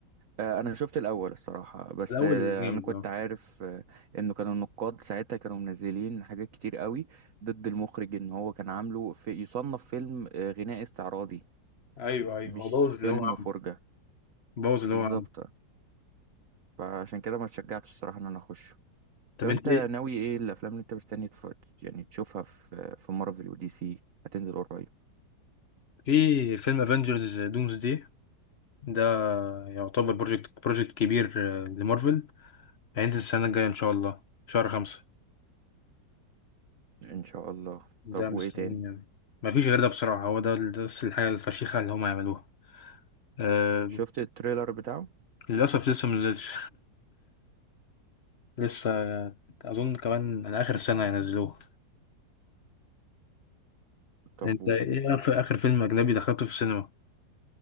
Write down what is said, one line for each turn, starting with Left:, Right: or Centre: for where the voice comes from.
Right: آه، انا شفت الاول الصراحه بس
Left: الاول
Right: آه،
Left: جامد
Right: انا كنت
Left: اه
Right: عارف آه، انه كانوا النقاد ساعتها كانوا منزلين حاجات كتير قوي ضد المخرج ان هو كان عامله في يصنف فيلم آه، غناء استعراضي
Left: ايوه ايوه
Right: مش
Left: هو بوظ اللي
Right: فيلم
Left: هو عمله
Right: فرجه
Left: بوظ اللي
Right: بالظبط
Left: هو عمله
Right: فعشان كده ما اتشجعتش الصراحه ان انا اخش
Left: طب
Right: طب
Left: انت
Right: انت
Left: إيه؟
Right: ناوي ايه الافلام اللي انت مستني تف... يعني تشوفها في في مارفل ودي سي هتنزل قريب
Left: في فيلم افنجرز دومز دي ده يعتبر بروجكت بروجكت كبير آه، لمارفل هينزل السنه الجايه ان شاء الله شهر خمسة
Right: ان شاء الله
Left: ده
Right: طب
Left: مستنيين
Right: وايه تاني
Left: يعني ما فيش غير ده بصراحة هو ده ده بس الحاجة الفشيخة اللي هم يعملوها أه
Right: شفت التريلر بتاعه
Left: للأسف لسه منزلش <laughs> لسه أظن كمان على آخر سنة ينزلوه
Right: طب
Left: أنت إيه آخر آخر فيلم أجنبي دخلته في السينما؟